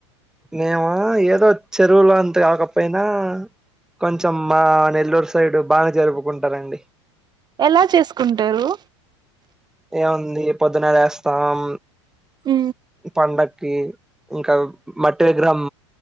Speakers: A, in the centre; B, on the right.
A: నేము ఏదో చెరువులో అంత కాకపోయినా కొంచెం మా నెల్లూరు సైడ్ బా జరుపుకుంటారండి
B: ఎలా చేసుకుంటారు
A: ఏముంది పొద్దున్న వేస్తాం
B: ఉ
A: పండక్కి ఇంకా మట్టి విగ్రహం